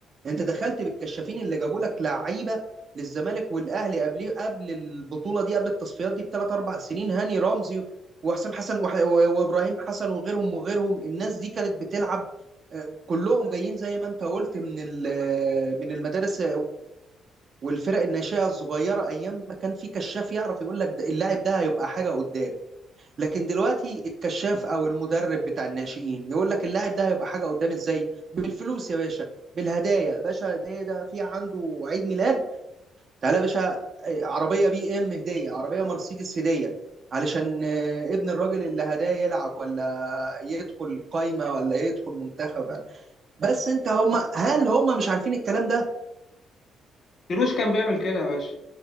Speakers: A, on the right; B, on the left.
A: انت دخلت بالكشافين اللي جابوا لك لعيبة للزمالك والاهلي قبل قبل البطولة دي قبل التصفيات دي بثلاث اربع سنين هاني رمزي وحسام حسن وح... و- وابراهيم حسن وغيرهم وغيرهم الناس دي كانت بتلعب آه، كلهم جايين زي ما انت قلت من ال- من المدارس والفرق الناشئه الصغيره ايام ما كان في كشاف يعرف يقول لك ده- اللاعب ده هيبقى حاجه قدام لكن دلوقتي الكشاف او المدرب بتاع الناشئين يقول لك اللاعب ده هيبقى حاجه قدام ازاي بالفلوس يا باشا بالهدايا يا باشا هديه ده في عنده عيد ميلاد تعالى يا باشا آه، عربيه بي ام هديه عربيه مرسيدس هديه علشان آه، ابن الراجل اللي هداه يلعب ولا يدخل قايمه ولا يدخل منتخب بس انت هم هل هم مش عارفين الكلام ده
B: كيروش كان بيعمل كده يا باشا